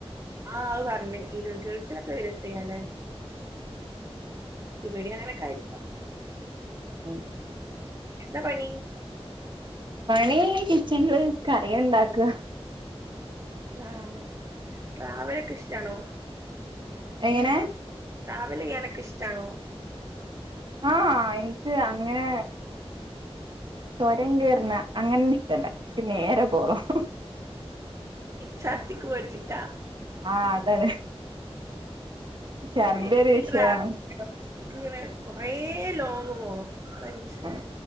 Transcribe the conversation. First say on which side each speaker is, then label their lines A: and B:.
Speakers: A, on the right (about 30°); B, on the right (about 50°).
A: ആഹ് അഹ് പറഞ്. ഇ ഗൾഫിലൊക്കെ ഇരുവത്തേയാല്ലെ ഇവടി അങ്ങനെക്കെ അയിരിക്കാം.
B: ഉം
A: എന്താ പണി.
B: പണി കിച്ചൺല് കറിയുണ്ടാക്ക.
A: ആഹ് ട്രാവലോക്കെ ഇഷ്ടാണൊ.
B: എങ്ങനെ
A: ട്രാവല് ചെയ്യാനോക്കെ ഇഷ്ടാണൊ.
B: ആഹ് എനിക്ക് അങ്ങനെ ചൊരം കേർന്ന അങ്ങനെന്നുഷ്ടല്ല. ഇൻക്ക് നേരെ പോണം.
A: ച്ചർത്തിക്ക് പേഠിച്ചിട്ടാ.
B: ആഹ് അതാണ്. ഛർദി
A: ഇൻക്ക്
B: ഒരു വിഷയാണ്
A: ട്രാ ഇൻക്ക് ഇങ്ങനെ കൊറേ ലോങ് പോണം. അത ഇൻക്കിഷ്ടം.
B: ആഹ്